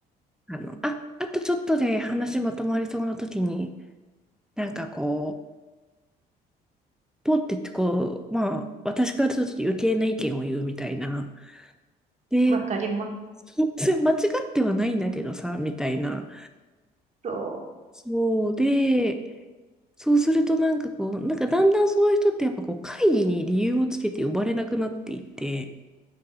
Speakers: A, in the centre; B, on the right.
A: う、あの、あ、あとちょっとで話まとまりそうな時に、なんかこう、ポッてってこう、まあ、私からすると余計な意見を言うみたいな。で、
B: わかります。
A: そうそれ間違ってはないんだけどさ、みたいな。
B: そ
A: そうで、そうするとなんかこう、なんかだんだんそういう人ってやっぱこう会議に理由をつけて呼ばれなくなっていって、